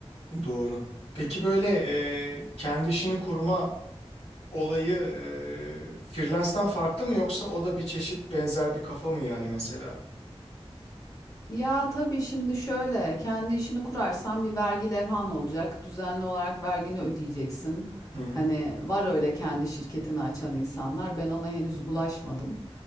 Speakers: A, on the left; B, on the left.
A: Doğru. Peki böyle e, kendi işini kurma olayı e, Freelance'den farklı mı yoksa o da bir çeşit benzer bir kafa mı yani mesela?
B: Ya tabii şimdi şöyle, kendi işini kurarsan bir vergi levhan olacak. Düzenli olarak vergini ödeyeceksin.
A: Hı hı.
B: Hani var öyle kendi şirketini açan insanlar. Ben ona henüz bulaşmadım.